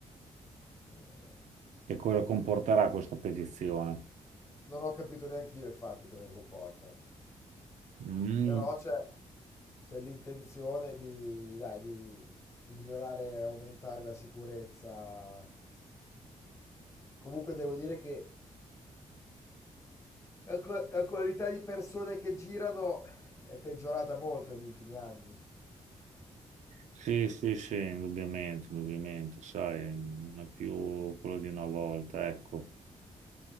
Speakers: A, on the left; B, on the right.
A: Eh,
B: E cosa comporterà questa petizione?
A: non ho capito neanche io infatti cosa comporta,
B: Mm,
A: però c'è c'è l'intenzione di, dai, di, di migliorare e aumentare la sicurezza Comunque devo dire che la, qua- la qualità di persone che girano è peggiorata molto negli ultimi anni.
B: sì, sì, sì, indubbiamente, indubbiamente, sai, non è più quello di una volta, ecco.